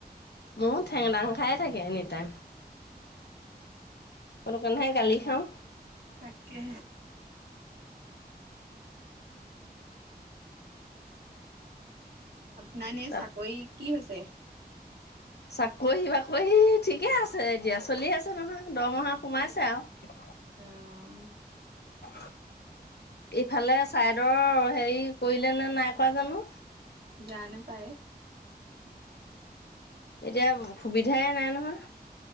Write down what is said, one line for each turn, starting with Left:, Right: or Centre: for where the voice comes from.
Left: মোৰ ঠেং দাং খাই থাকে এনিটাইম সেইটো কানেহে গালি খাওঁ
Right: তাকে আপোনাৰ এনে
Left: তাৰ
Right: চাকৰি কি হৈছে। ছে
Left: চাকৰি বাকৰি ঠিকে আছে এতিয়া চলি আছে নহয় দৰমহা সোমাইছে আৰু
Right: আহ
Left: অ ইফালে চাইদৰ হেৰি কৰিলে নে নাই কৰোৱা জানো।
Right: জানো পায়
Left: এতিয়া সুবিধাই নাই নহয়।